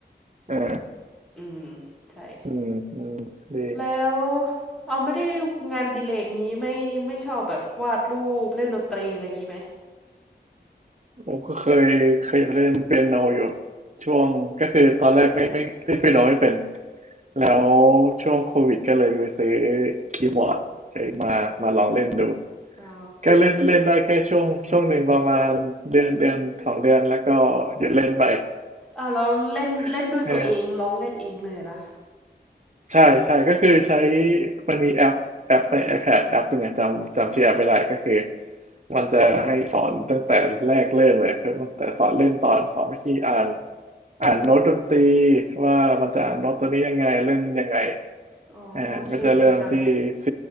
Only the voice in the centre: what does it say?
อืมใช่
แล้วเอาไม่ได้งานอดิเลกนี้ไม่ไม่ชอบแบบวาดรูปเล่นดนตรีอะไรอย่างนี้ไหม
อ๋อ
อ่าแล้วเล่นเล่นด้วยตัวเองร้องเล่นเองเลยอะนะ
อ๋อโอเคดีจัง